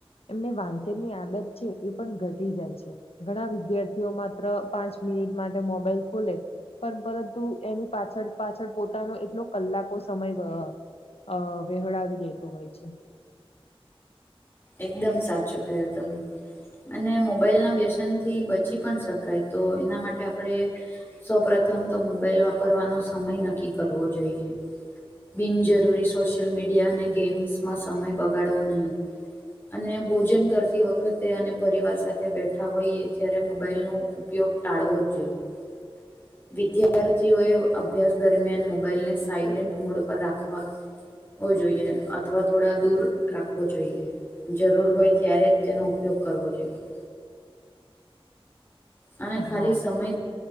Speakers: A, on the left; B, on the left.
A: એમને વાંચનની આદત છે, એ પણ ઘટી જાય છે. ઘણા વિદ્યાર્થીઓ માત્ર પાંચ મિનિટ માટે મોબાઈલ ખોલે પણ પરંતુ એની પાછળ પાછળ પોતાનો એટલો કલાકો સમય <unintelligible> અ વહેવડાવી દેતો હોય છે.
B: એકદમ સાચું ક્યું તમે અને મોબાઈલના વ્યસનથી બચી પણ શકાય તો એના માટે આપણે સૌ પ્રથમ તો મોબાઈલ વાપરવાનો સમય નક્કી કરવો જોઈએ. બિનજરૂરી સોશિયલ મીડિયા અને ગેમ્સમાં સમય બગાડવો નહીં. અને ભોજન કરતી વખતે અને પરિવાર સાથે બેઠા હોઈએ ત્યારે મોબાઈલ નો ઉપયોગ ટાળવો જ જોઈએ. વિદ્યાર્થીઓએ અભ્યાસ દરમિયાન મોબાાઈલને સાયલેન્ટ મોડ પર રાખવા. જોઈએ અથવા થોડા દૂર રાખવો જોઈએ. જરૂર હોય ત્યારે જ તેનો ઉપયોગ કરવો જોઈએ. અને ખાલી
A: હા
B: સમય